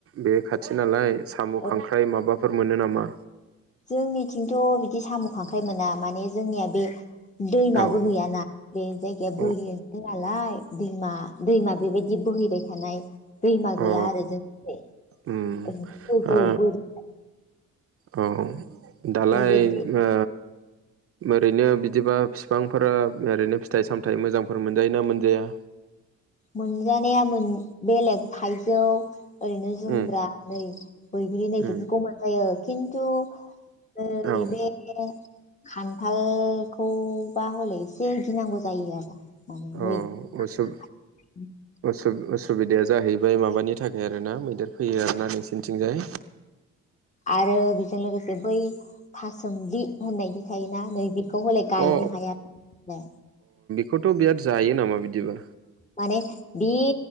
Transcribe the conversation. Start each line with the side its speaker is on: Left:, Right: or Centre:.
Right: बे खाथि नालाय साम'
Left: औ
Right: खांख्राइ माबा फोर मोनो नामा?
Left: जोंनिथिंथ' बिदि साम' खांख्राइ मोना माने जोंनिया बे दैमाबो
Right: औ
Left: गैयाना बे जायगाया बोरि
Right: अ
Left: <unintelligible> नालाय दैमा दैमा बेबायदि बोहैबाय थानाय दैमा गैया
Right: औ
Left: आरो जों ओरैनो
Right: उम
Left: गोजौ
Right: ओ
Left: बोरि।
Right: औ दालाय
Left: बे दै
Right: ओ ओरैनो बिदिबा फिफांफोरा ओरैनो फिथाइ सामथाइ मोजांफोर मोनजायोना मोनजाया?
Left: मोनजानाया मोन बेलेग थाइजौ‌ ओरैनो जुमब्रा
Right: उम
Left: नै बैग्रि नै
Right: उम
Left: बेफोरखौ मोनजायो। खिन्थु नै
Right: औ
Left: बे खान्थालखौबा हले एसे गिनांगौ जायो आरो। माने
Right: औ
Left: मै
Right: असुब।
Left: <inaudible>
Right: उसुबिदाया जाहैबाय माबानि थाखाय आरो ना मैदेर फैयो आरोना नोंसिनिथिंजाय।
Left: आरो बेजों लोगोसे बै थासोमलि होननायदि थायोना नै बेखौ हले
Right: अ
Left: गायनो हाया <unintelligible>
Right: खौथ' बिराद जायो नामा बिदिबा?
Left: माने बे